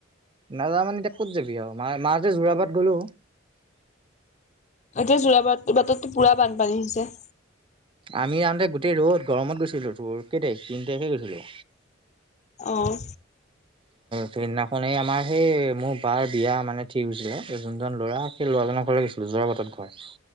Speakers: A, on the right (about 25°); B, on the left (about 35°).
A: নাযা মানে এতিয়া ক'ত যাবি আৰু মাতে য জোৰাবাত গ'লো।
B: এতিয়া জোৰাবাটতো পুৰা বানপানী হৈছে।
A: আমি যাওঁতে গোটেই ৰ'দ গৰমত গৈছিলো তোৰ কেইতাৰিখ তিন তাৰিখে গৈছিলো।
B: অ,
A: সেইদিনাখন এই আমাৰ সেই মোৰ বাইৰ বিয়া মানে ঠিক হৈছিলে যোনজন ল'ৰা। সেই ল'ৰা জনৰ ঘৰলৈ গৈছিলো জোৰাবাটত ঘৰ